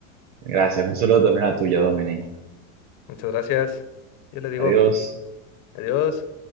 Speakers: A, on the right (about 60°); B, on the left (about 50°).
A: gracias, un saludo también a tuya, Dominic.
B: Muchas gracias. Yo le digo
A: Adiós.
B: adiós.